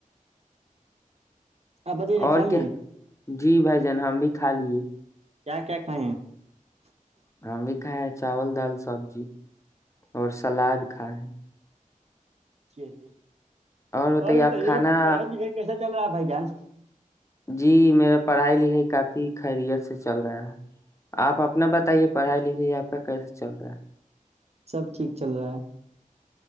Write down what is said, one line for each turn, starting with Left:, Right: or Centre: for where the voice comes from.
Right: آ بجائی
Left: اور
Right: خالی
Left: کیا
Right: ہے
Left: جی بھ جان ہم بھی کھا لیے
Right: کیا کیا <inaudible>
Left: ہماں بھی کھائے ہے چاول دال سبزی اور سلاد کھا ہے
Right: جی جی
Left: اور
Right: تو آ بتائیے
Left: آپ کھانا
Right: کو آج ن کہ کیسا چل رہا ہے بھائی جان
Left: جی میرا پڑھائی لکھائی کافی خیریت سے چل رہا ہے آپ اپنا بتائیے پڑھائی لکھائی آپ کا کیسے چل رہا ہے
Right: سب ٹھیک چل رہا ہے